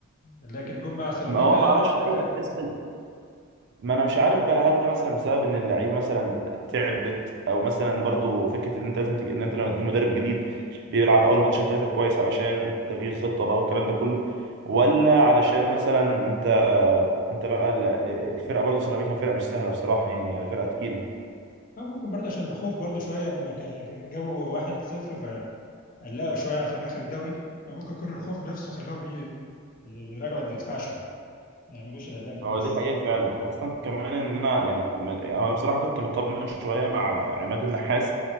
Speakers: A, on the left; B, on the right.
A: لكن جم مع سيراميكا
B: ما هو ما اعرفش
A: الاداء
B: فجاه
A: كان
B: تحس ما انا مش عارف بقى هل ده مثلا بسبب ان اللعيب مثلا تعبت او مثلا برضو فكره ان انت لازم تج... ان انت لما تجيب مدرب جديد بيلعب اول ماتشين ثلاثه كويس علشان تغيير خطه بقى والكلام ده كله ولا علشان مثلا انت انت بقى ال- الفرقه برضو سيراميكا فرقه مش سهله بصراحه يعني فرقه تقيله
A: آه، ممكن برضه عشان الخوف برضه شويه لما كا- جابوا 1-0 فقلقوا شويه عشان اخر الدوري فممكن يكون الخوف نفسه خلاهم ي- يراجعوا الدفاع شويه ما يعملوش الاداء الكويس
B: هو دي حقيقة فعلا خاصة
A: مم.
B: كمان إن أنا يعني م- يعني أنا بصراحة كنت مطمن شوية مع عماد النحاس